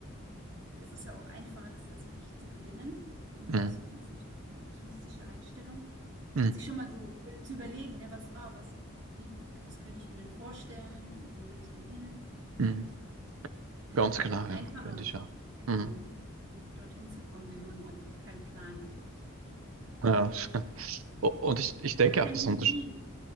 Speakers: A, on the right; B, on the right.
A: ist es ja auch einfacher, das tatsächlich zu gewinnen. Und
B: Mhm.
A: deswegen ist natürlich eine optimistische Einstellung.
B: Mhm.
A: Und sich schon mal so zu überlegen, ne, was, ah, was, wie, wie, was könnte ich mir denn vorstellen? Wo will ich denn hin?
B: Mhm.
A: Ähm,
B: Ganz genau, ja,
A: einfacher,
B: finde ich auch.
A: genau,
B: Mhm.
A: um dorthin zu kommen, wenn man einfach keinen Plan hat.
B: Ja. <laughs> O- Und ich, ich denke
A: Oder keine
B: auch, das
A: Idee.
B: untersch